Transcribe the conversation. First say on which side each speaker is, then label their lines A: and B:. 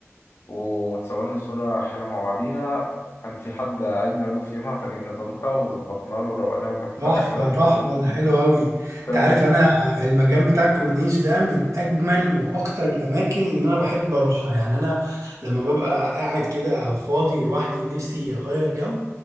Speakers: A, on the left; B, on the right.
A: وتصورنا صورة حلوة مع بعضينا كان في حد عيد ميلاده في يومها فجبنا تورتة وظبطنا له وروقناه وكانت فجأة
B: تحفه
A: حلوة بالنسبة
B: تحفه
A: له
B: ده حلو قوي
A: فاهم
B: انت عارف انا المكان بتاع الكورنيش ده من اجمل واكتر الاماكن اللي انا بحب اروحها يعني انا لما ببقى قاعد كده فاضي ولوحدي ونفسي اغير جو